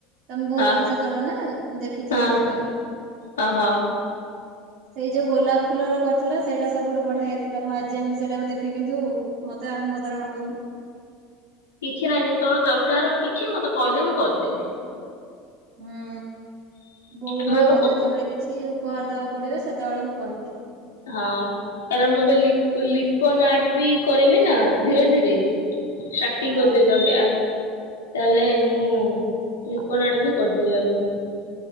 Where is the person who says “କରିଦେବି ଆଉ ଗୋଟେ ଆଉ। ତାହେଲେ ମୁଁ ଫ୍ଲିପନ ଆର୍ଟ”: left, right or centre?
Left